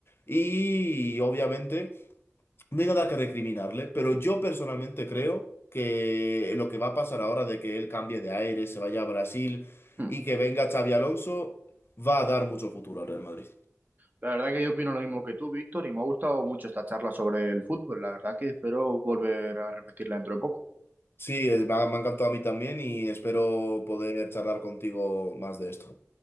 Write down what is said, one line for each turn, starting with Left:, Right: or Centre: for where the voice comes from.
Left: Y obviamente... No hay nada que recriminarle, pero yo personalmente creo que lo que va a pasar ahora de que él cambie de aire, se vaya a Brasil
Right: Hmm.
Left: y que venga Xavi Alonso, va a dar mucho futuro al Real Madrid.
Right: La verdad que yo opino lo mismo que tú, Víctor, y me ha gustado mucho esta charla sobre el fútbol. La verdad que espero volver a repetirla dentro de poco.
Left: Sí, es- me ha, me ha encantado a mí también y espero poder charlar contigo más de esto.